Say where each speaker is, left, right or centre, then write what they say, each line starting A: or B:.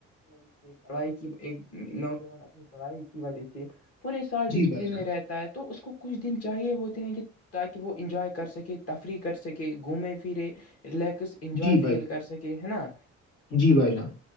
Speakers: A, on the left (about 50°); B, on the left (about 80°).
A: جہ سے پڑھائی کی ایک نوجوان اپنی پڑھائی کی وجہ سے پورے سال
B: جی
A: ڈسپلین
B: بھائی جان
A: میں رہتے تو اس کو کچھ دن چاہیے ہوتے ہیں کہ تاکہ وہ انجوائے کر سکے تفریح کر سکے گھومے پھرے ریلیکس انجوائے
B: جی بھائی
A: فیل
B: جان
A: کر سکے ہے نا
B: جی بھائی جان